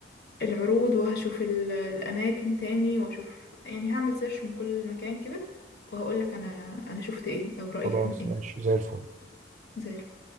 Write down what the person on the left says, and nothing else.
العروض وهشوف ال- الأماكن تاني وأشوف يعني هعمل سيرش من كل مكان كده وهقولك أنا أنا شفت إيه أو رأيي
فيهم إيه
زي الفل